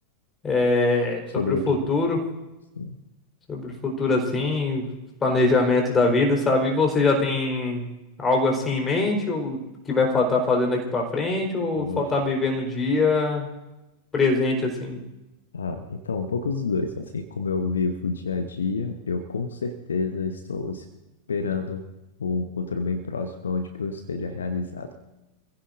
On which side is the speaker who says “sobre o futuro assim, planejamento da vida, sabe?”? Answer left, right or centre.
Left